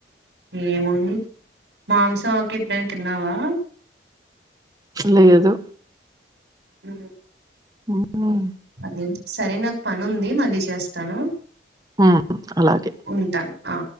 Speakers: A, on the right; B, on the right.
A: ఏముంది మాంసం కి ఎప్పుడైనా తిన్నావా
B: లేదు
A: ఉమ్
B: ఉమ్
A: అదే సరే నాకు పనుంది మళ్ళీ చేస్తాను
B: ఉమ్ అలాగే
A: ఉంటా ఆ